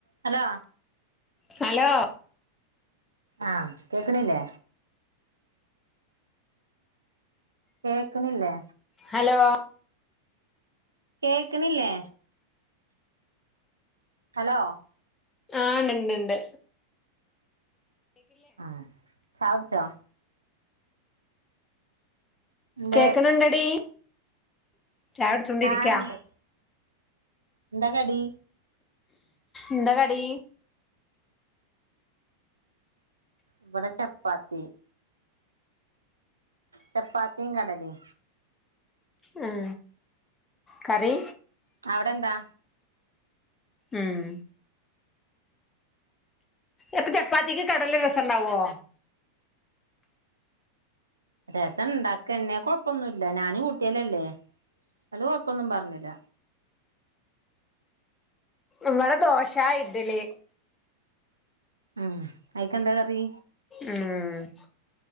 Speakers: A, on the right; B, on the left.
A: Hello
B: hello
A: ആഹ കേക്കണില്ലേ കേക്കണില്ലേ
B: ഹലോ
A: കേക്കണില്ലേ ഹലോ
B: ആണ്ടണ്ട്
A: ആഹ ചായ കുടിച്ചോ ഇണ്ട്
B: കേക്കണുണ്ടടി ചായകുടിചോണ്ടിരിക്കാ
A: ആഹ് ഇണ്ട് എന്താ കടി
B: എന്താ കടി
A: ഇവിടെ ചപ്പാത്തി ചപ്പാത്തിയും കടലയും
B: ഉം കറി
A: അവിടെ എന്താ
B: ഉം അപ്പൊ ചപ്പാത്തിക്ക് കടല രസംണ്ടാവോ
A: രസം ഉണ്ടാക്കതന്നെ കൊഴപ്പൊന്നുമില്ല ഞാനും കുട്ടിയലും അല്ലേ അവര് കൊഴപ്പൊന്നും പറഞ്ഞില്ല
B: ഇവിടെ ദോശ ഇഡ്ലി
A: ഉം അയിക് എന്താ കറി
B: ഉം